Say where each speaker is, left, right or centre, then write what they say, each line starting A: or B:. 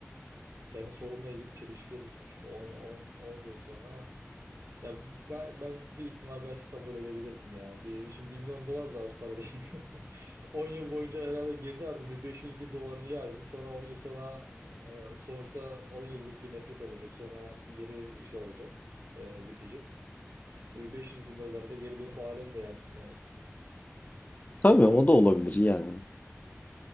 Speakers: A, on the right; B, on the left.
A: Kendi sorumla ilgili çelişkiye düşmüştüm. 10, 10, 10 yıl sonra ya ben, ben bir ihtimal belki kabul edebilirdim yani. Bir, şimdi 1 milyon dolar da az para değil. <laughs> 10 yıl boyunca herhalde gezerdim. Bir 500 bin dolarını yerdim. Sonra 10 yıl sonra e, sonuçta 10 yıllık bir nefret olacak. Sonra geri şey olacak. e, bitecek. Bir 500 bin doları da geri dönüp alemle yerdim yani.
B: Tabii
A: Öyle
B: o da olabilir yani.